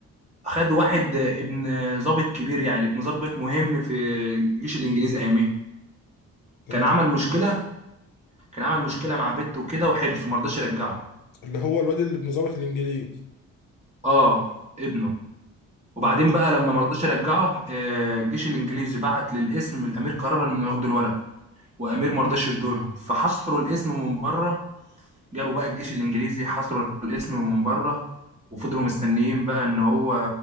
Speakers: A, on the right; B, on the left.
A: خد واحد ابن ضابط كبير يعني ابن ضابط مهم في الجيش الانجليزي اياميها
B: تمام
A: كان عمل مشكله كان عمل مشكله مع بنته وكده وحبسه ما رضاش يرجعه
B: اللي هو الواد اللي ابن ظابط الانجليز
A: اه ابنه وبعدين
B: ماشي.
A: بقى لما ما رضاش يرجعه آه، الجيش الانجليزي بعت للاسم الامير قرر انه ياخدوا الولد وامير ما رضاش يدولهم فحصروا الاسم من بره جابوا بقى الجيش الانجليزي حصروا الاسم من بره وفضلوا مستنيين بقى ان هو